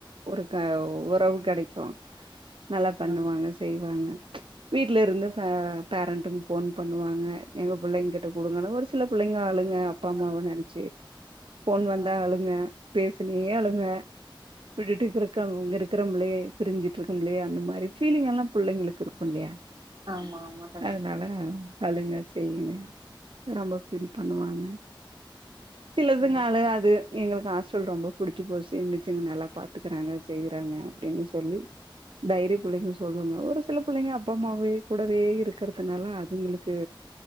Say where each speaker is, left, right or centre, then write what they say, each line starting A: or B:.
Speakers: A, on the right; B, on the right.
A: ஒரு க உறவு கெடைக்கு நல்லா பண்ணுவாங்க
B: ஆ
A: செய்வாங்க வீட்ல இருந்து பே பேரண்ட்டுங்க ஃபோன் பண்ணுவாங்க எங்க பிள்ளைங்க கிட்ட குடுங்கனு ஒரு சில புள்ளைங்க அழுங்க அப்பா அம்மாவ நெனச்சு ஃபோன் வந்தா
B: ஆ
A: அழுங்க பேசினே அழுங்க விட்டுட்டு இருக்கங் இருக்கறங்ளே பிரிஞ்சுட்டு இருக்கும்லயா அந்த மாரி ஃபீலிங் எல்லா பிள்ளைங்களுக்கு இருக்கு இல்லையா
B: ஆமா ஆமா கண்டிப்பா
A: அதனால அழுங்க செய்யுங்க ரொம்ப ஃபீல் பண்ணுவாங்க சிலதுங்க
B: ஆ
A: அழுகாது எங்களுக்கு ஆ ஸ்டல் ரொம்ப புடிச்சு போச்சு மிஸ்சுங்க நல்லா பாத்துக்கறாங்க செய்யறாங்க அப்படின்னு சொல்லி தைரிய பிள்ளைங்க சொல்லுவாங்க ஒரு சில பிள்ளைங்க அப்பா அம்மாவே கூடவே இருக்கறதுனால அதுங்களுக்கு